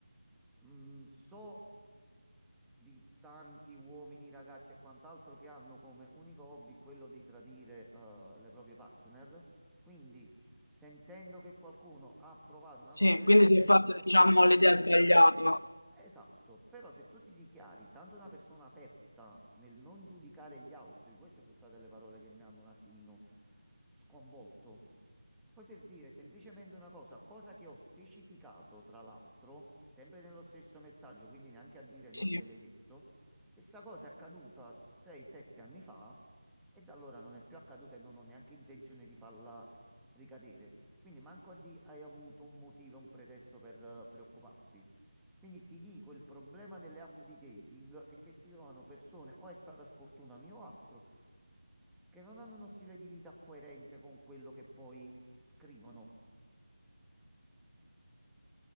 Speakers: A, in the centre; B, on the left (about 85°).
A: mm, so di tanti uomini, ragazzi e quant'altro che hanno come unico hobby quello di tradire eh, le proprie partner. Quindi, sentendo che qualcuno ha provato una
B: Sì,
A: cosa del
B: quindi
A: genere,
B: si è fatta,
A: è facile
B: diciamo, l'idea sbagliata.
A: Esatto, però se tu ti dichiari tanto una persona aperta nel non giudicare gli altri, queste sono state le parole che mi hanno un attimino sconvolto. Poi per dire semplicemente una cosa, cosa che ho specificato tra l'altro, sempre nello stesso messaggio, quindi neanche a dire non
B: Sì.
A: gliel'hai detto, questa cosa è accaduta 6-7 anni fa e da allora non è più accaduta e non ho neanche intenzione di farla ricadere. Quindi manco a di hai avuto un motivo, un pretesto per eh, preoccuparti. Quindi ti dico, il problema delle app di dating è che si trovano persone, o è stata sfortuna mia o altro, che non hanno uno stile di vita coerente con quello che poi scrivono.